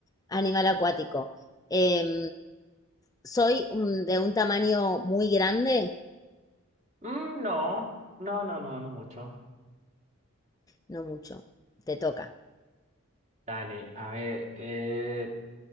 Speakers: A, on the left (about 15°); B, on the right (about 35°).
A: Animal acuático. Em, ¿soy un- de un tamaño muy grande?
B: Mm, no, no, no, no, no mucho.
A: No mucho. Te toca.
B: Dale, a ver, eh,